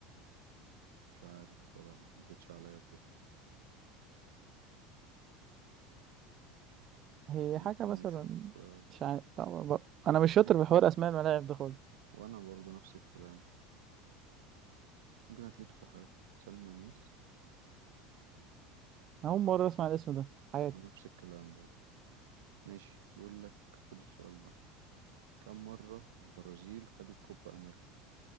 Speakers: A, on the right (about 70°); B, on the right (about 45°).
A: مش عارف بصراحة ما عدتش عليا قبل كده
B: هي
A: ممكن
B: حاجة مثلا
A: نشوف آه،
B: مش عارف لا، ب- أنا مش
A: أتلتيكو
B: شاطر في حوار أسماء الملاعب ده خالص
A: وأنا برضه نفس الكلام ممكن أتلتيكو حاجة سان ماميس
B: أنا أول مرة أسمع الاسم ده في حياتي
A: أنا نفس الكلام برضه ماشي بيقول لك خد السؤال ده كم مرة البرازيل خدت كوبا أمريكا